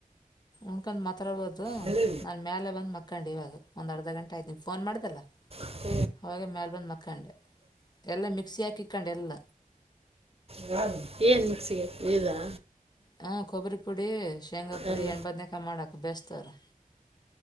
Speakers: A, on the left; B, on the right.
A: ಉಣ್ಕೊಂಡು ಮಾತಾಬೋದು
B: ಹ್ಞೂ
A: ನಾನು ಮ್ಯಾಲಲೆ ಬಂದು ಮಕ್ಕಂಡು ಇವಾಗ ಒಂದು ಅರ್ಧ ಗಂಟೆ ಆಯತು ನಿಗೆ ಫೋನ್ ಮಾಡ್ದಲ್ಲ
B: ಹ್ಞೂ
A: ಅವವಾಗ ಮ್ಯಲೆ ಬಂದು ಮಕ್ಕಂಡೆ ಎಲ್ಲ ಮಿಕ್ಸಿ ಹಾಕಿಕ್ಕೊಂಡು ಎಲ್ಲ
B: ಹ ಏನ್ ಮಿಸಿಗೆ ಇದದಾ
A: ಹಾಂ ಕೊಬ್ಬರಿ ಪುಡಿ ಶೇಂಗಾ ಪುಡಿ
B: ಅಲ್ಲ
A: ಹೆಣ್ಣು ಬದನೇಕಾಯಿ ಮಾಡಾಕ ಬೇಸ್ತವ್ರ